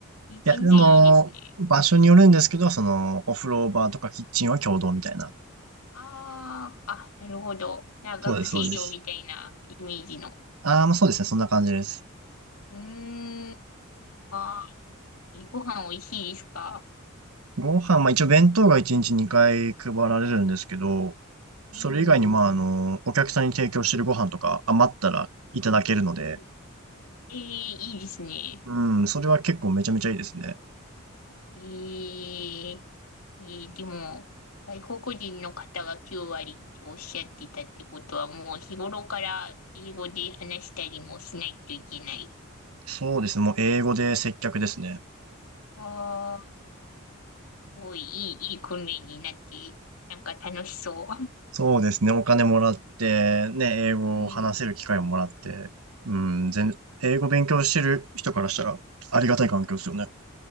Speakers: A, on the left (about 85°); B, on the right (about 85°).
A: え、全然いいですね。
B: いや、でも、場所によるんですけど、その、お風呂場とかキッチンは共同みたいな。
A: ああ、あ、なるほど。あ、学生寮みたいなイメージの。
B: そうです、そうです。ああ、まあ、そうですね、そんな感じです。
A: うーん。あー、ご飯美味しいですか
B: ご飯、まあ、一応弁当が1日2回配られるんですけど、
A: うん。
B: それ以外に、
A: うん。
B: まあ、あの、お客さんに提供してるご飯とか余ったらいただけるので、
A: うんえー、いいですね。
B: うん、それは結構めちゃめちゃいいですね。
A: えええーでも、外国人の方が9割っておっしゃってたってことは、もう日頃から英語で話したりもしないといけない。
B: そうですね、もう英語で接客ですね。
A: ああ、すごいいい、いい訓練になって、なんか楽しそ
B: そうですね、お金もらって、ね、英語を話せる機会をもらって、
A: う。<laughs> うん。
B: うん、全、英語勉強してる人からしたらありがたい環境ですよね。